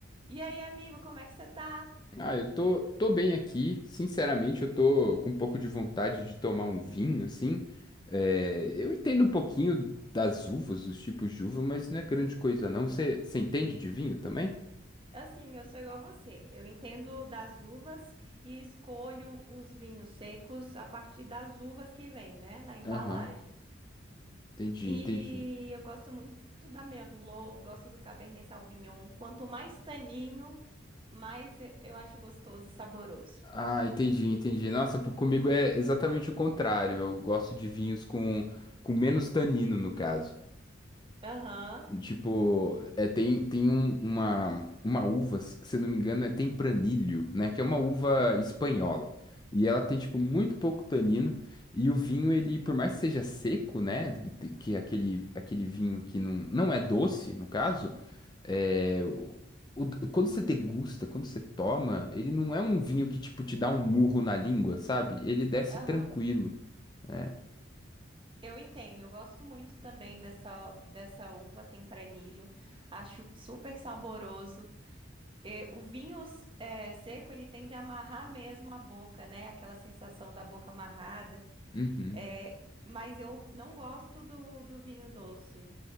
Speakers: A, on the right (about 25°); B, on the left (about 20°).
A: E aí, amigo, como é que você tá?
B: Ah, eu tô, tô bem aqui. Sinceramente, eu tô com um pouco de vontade de tomar um vinho, assim. É, eu entendo um pouquinho das uvas, dos tipos de uva, mas não é grande coisa, não. Você entende de vinho também?
A: É Assim, eu sou igual a você. Eu entendo das uvas e escolho os vinhos secos a partir das uvas que vem, né, na embalagem.
B: Aham, entendi,
A: E
B: entendi.
A: eu gosto muito da Merlot, gosto do Cabernet Sauvignon. Quanto mais tanino, mais eu, eu acho gostoso e saboroso.
B: Ah, entendi, entendi. Nossa, por- comigo é exatamente o contrário. Eu gosto de vinhos com, com menos tanino, no caso.
A: Aham,
B: Tipo, é, tem, tem um- uma, uma uva, se se eu não me engano, é tempranilho, né? Que é uma uva espanhola. E ela tem, tipo, muito pouco tanino. E o vinho, ele, por mais que seja seco, né? Que, te- que é aquele, aquele vinho que não, não é doce, no caso, é, o- o- quando você degusta, quando você toma, ele não é um vinho que, tipo, te dá um murro na língua, sabe? Ele desce
A: aham.
B: tranquilo, né?
A: Eu entendo, eu gosto muito também dessa, dessa uva tempranilho. Acho super saboroso. É, o vinho é, seco, ele tende a amarrar mesmo a boca, né? Aquela sensação da boca amarrada.
B: Uhum.
A: É, mas eu não gosto do, do vinho doce.